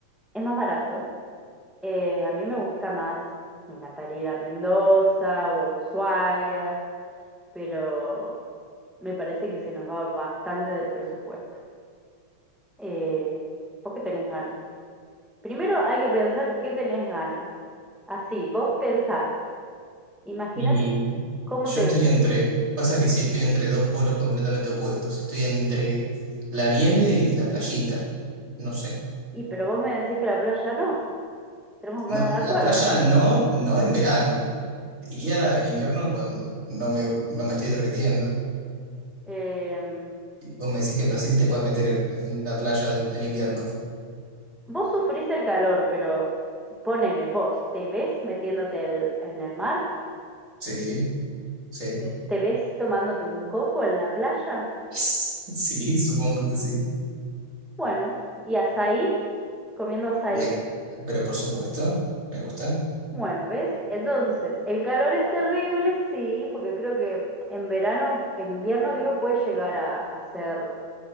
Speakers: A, in the centre; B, on the right.
A: es más barato. Eh, a mí me gusta más, me encantaría ir a Mendoza o a Ushuaia pero me parece que se nos va bastante del presupuesto. Eh, ¿vos qué tenés ganas? Primero hay que pensar qué tenés ganas. Así, vos pensás, imagínate
B: Y
A: cómo
B: yo
A: te
B: estoy
A: ves.
B: entre... Pasa que sí, estoy entre dos polos completamente opuestos. Estoy entre la nieve y la playita. No sé.
A: Y pero vos me decís que la playa no, tenemos manos
B: No,
A: de acuerdo.
B: la playa no, no en verano. Iría en invierno cuando no me, no me estoy derritiendo.
A: Eh,
B: Y Vos me decís que en Brasil te puedes meter en la playa de- en invierno.
A: vos sufrís el calor, pero ponele, vos, ¿te ves metiéndote el- en el mar?
B: Sí, sí.
A: ¿Te te ves tomándote un coco en la playa?
B: <laughs> Sí, supongo que sí.
A: Bueno, y azaí, comiendo azaí.
B: Me- pero por supuesto, me gusta.
A: Bueno, ¿ves? Entonces, el calor es terrible, sí, porque creo que en verano, en invierno, digo, puede llegar a, a ser